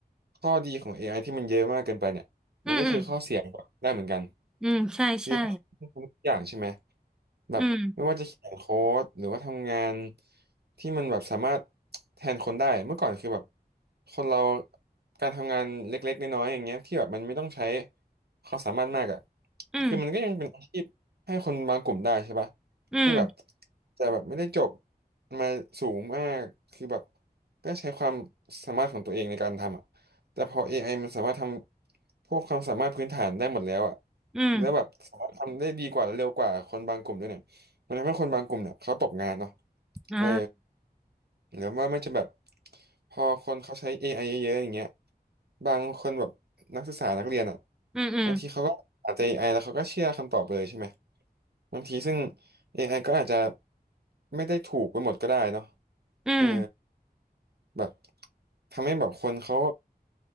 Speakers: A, on the right; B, in the centre.
A: ข้อดีของ AI ที่มันเยอะมากเกินไปเนี่ยมันก็คือข้อเสียก็ได้เหมือนกัน
B: อืมอืมอืมใช่ใช่
A: คือต้องทำทุกอย่างใช่ไหม แบบไม่ว่าจะเขียนโค้ดหรือว่าทำงาน
B: อืม
A: ที่มันแบบสามารถแทนคนได้เมื่อก่อนคือแบบคนเราการทำงานเล็กๆน้อยๆอย่างเงี้ยที่แบบมันไม่ต้องใช้ความสามารถมากอ่ะ
B: อืม
A: คือมันก็ยังเป็นอาชีพให้คนบางกลุ่มได้ใช่ปะ
B: อืม
A: ที่แบบแต่แบบไม่ได้จบมาสูงมากคือแบบก็ใช้ความสามารถของตัวเองในการทำอ่ะ แต่พอ AI มันสามารถทำพวกความสามารถพื้นฐานได้หมดแล้วอะ
B: อืม
A: แล้วแบบสามารถทำได้ดีกว่าและเร็วกว่าคนบางกลุ่มด้วยเนี่ยมันทำให้คนบางกลุ่มเนี่ยเขาตกงานเนาะ
B: อ่า
A: เออหรือว่ามันจะแบบพอคนเขาใช้ AI เยอะๆอย่างเงี้ยบางคนแบบนักศึกษานักเรียนอะ
B: อืมอืม
A: บางทีเขาก็อาจจะเอไอแล้วเขาก็เชื่อคำตอบไปเลยใช่ไหมบางทีซึ่งเอไอก็อาจจะไม่ได้ถูกไปหมดก็ได้เนาะ
B: อืม
A: เออแบบทำให้แบบคนเขา